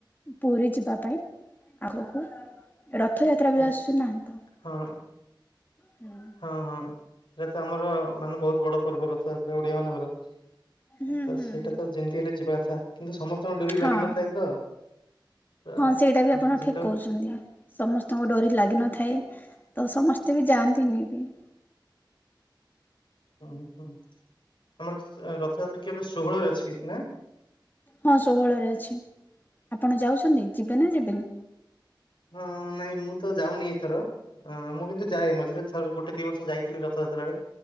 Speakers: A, on the left; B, on the left.
A: ପୁରୀ ଯିବା ପାଇଁ। ଆଗକୁ ରଥଯାତ୍ରା
B: ଆଚ୍ଛା
A: ବି ଆସୁଛି ନାଁ ତ।
B: ହଁ।
A: ହୁଁ
B: ହଁ ହଁ ସେଇଟା ତ ଆମର ମାନେ ବହୁତ ବଡ ପର୍ବ ରଥଯାତ୍ରା ଓଡିଆ ମାନଙ୍କର।
A: ହୁଁ
B: ଆ ତ
A: ହୁଁ
B: ସେଇଟା
A: ହୁଁ
B: ତ ଯେମିତି ହେଲେ ଯିବା ଅଥା କିନ୍ତୁ ସମସ୍ତଙ୍କ ଡୋରି
A: ହଁ
B: ଲାଗିନଥାଏ ତ। ତ
A: ହଁ ସେଇଟା ବି ଆପଣ
B: ଯେତେବେଳେ
A: ଠିକ୍ କଉଚନ୍ତି। ସମସ୍ତଙ୍କ ଡୋରି ଲାଗିନଥାଏ ତ ସମସ୍ତେ ତ ଯାଆନ୍ତିନି ବି।
B: ହୁଁ ହୁଁ ଆମର ରଥଯାତ୍ରା କେବେ ଷୋହଳରେ ଅଛି ନା?
A: ହଁ ଷୋହଳରେ ଅଛି। ଆପଣ ଯାଉଛନ୍ତି? ଯିବେ ନା ଯିବେନି।
B: ହଁ ନାହିଁ ମୁଁ ତ ଯାଉନି ଏଥର। ଅ ମୁଁ କିନ୍ତୁ ଯାଏ ମଝିରେ ଥ ଗୋଟେ ଦି ବର୍ଷ ଯାଇଥିଲି ରଥଯାତ୍ରା ବେଳେ